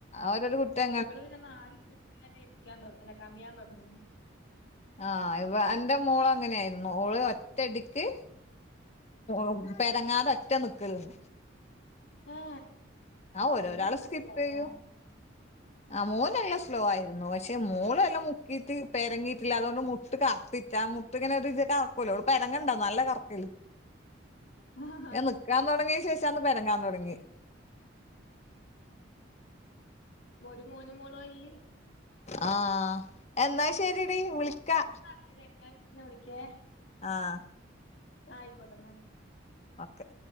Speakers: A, on the left (about 35°); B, on the left (about 80°).
A: അതോരു കുട്ടെ
B: ഇവള് പിന്നെ നാലു <unintelligible> ഇരിക്ക്യാൻ തൊട് അല്ല കമിയാൻ തൊട്ങ്ങി.
A: ആ ഇവ എന്റെ മോള് അങ്ങനെയായിരുന്നു ഓള് ഒറ്റടിക്ക് ഉം പെരങ്ങാതെ ഒറ്റ നിക്കലുന്നു
B: ഏ
A: ഒരു
B: ഇവളെല്ലാം
A: ഒരാള് സ്കിപ്യ്യു
B: സ്ലോയാണ്
A: അ മോന് നല്ല സ്‌ലോആയിരുന്നു പക്ഷെ മോളെലോം മുക്കീയിട്ട് പേരങ്ങിട്ട് ട്ട് അപ്പിട്ടാ മുട്ട് ഇങ്ങനെ ഒരു കറക്കോലോ പരങ്ങണ്ടാനല്ല കറക്കല്
B: ഹ്അ ആഹ്
A: ഞാൻ നിക്കാൻ തുടങ്ങിയ ശേഷാന്ന് പെരങ്ങാൻ തുടങ്ങി
B: ഒരു മോനും മോളുവാ ഇല്ലേ?
A: ആ എന്നാ ശരിടി വിളിക്കാ
B: ഇന്നാല് എഞാൻ പിന്നെ വിളിക്കേ
A: ആഹ്
B: ആയിക്കോട്ടെ ന്നാല്
A: ഒക്കെ